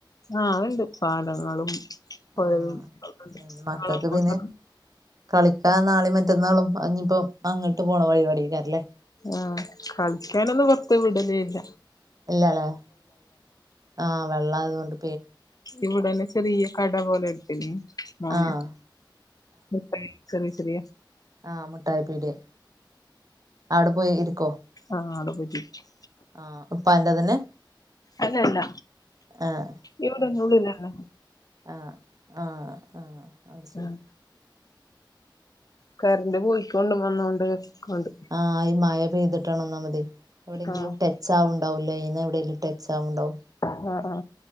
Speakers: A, on the left; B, on the right.
A: ആ അഹ് ഇണ്ട് പാടങ്ങളും പുഴയും
B: ആഹ്
A: ഒക്കെണ്ട്
B: മക്കൾക്ക്
A: കാളപൂട്ടും
B: പിന്നെ കളിക്കാൻ നാളെ മറ്റന്നാളും ഇഞ്ഞ്പ്പോ അങ്ങോട്ട് പോണ പരിപാടിഏക്കാരംല്ലേ
A: ആഹ കളിക്കാനൊന്നും പോറത്ത് വിടൽല്ല
B: ഇല്ലല്ലേ ആഹ വെള്ളായതോണ്ട്
A: ഇവിടെല്ലാം ചെറിയ കട പോലെ ഇണ്ട് മോൻ
B: ആഹ്
A: മുട്ടായി ചെറിയ ചെറിയ
B: ആഹ മുട്ടായി പീടിയ അവടെ പോയി ഇരിക്കോ
A: ആഹ അവടെ പോയിട്ടിരിക്കും
B: ആ ഇപ്പന്റെ തന്നെ
A: അല്ലല്ല
B: ആഹ്
A: ഇവിടെ
B: അത്
A: <unintelligible>
B: ശരി
A: ആളാ
B: ആഹ് ആ ആ അഹ് ശരി
A: ആഹ് കരണ്ട് പോയിക്കോൊണ്ടും വന്നോണ്ട് കണ്ട്
B: ആഹ ഈ മഴ പെയ്തിട്ടണന്നാമതെ എവിടെങ്കിലും
A: ആഹ്
B: ടെ ച്ചാവ് ണ്ടാവും ലൈന് എവിടേലും ടച്ചാവ്ണ്ടാവും
A: ആ ആ